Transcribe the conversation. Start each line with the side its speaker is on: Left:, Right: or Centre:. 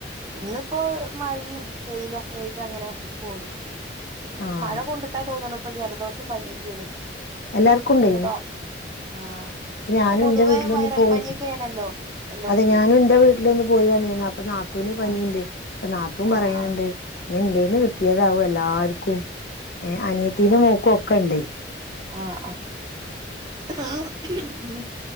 Right: ഇന്നിപ്പോ മഴയും വെയിലുംക്കെ ആയിട്ട് അങ്ങനെ പോണ്
Left: ആഹ്
Right: മഴ കൊണ്ടിട്ടാ തോന്നണ് ഇപ്പ ജലദോഷം പനിയൊക്കെയാണ്
Left: എല്ലാർക്കുംണ്ടേ
Right: ഒന്ന് ഡോ ആ
Left: ഞാനും
Right: ഇപ്പൊ പൊതുവെ
Left: എന്റെ വീട്ടിലൊന്ന്
Right: വൈറൽ
Left: പോയി
Right: പനിയൊക്കെയാണല്ലോ എല്ലോടത്തും
Left: അതെ ഞാനും എന്റെ വീട്ടിലൊന്ന് പോയി വന്നേനു അപ്പൊ നാത്തൂന് പനിയുണ്ട്
Right: ആ
Left: അപ്പ നാത്തൂനും
Right: ആ
Left: പറയ്ണ്
Right: ആ
Left: ണ്ട് ഇനി എന്റെന്ന് കിട്ടിയതാവും എല്ലാർക്കും ഏ അനിയത്തിന്റെ മോക്കൊക്കെണ്ടേ
Right: ആഹ് ആഹ് ഉം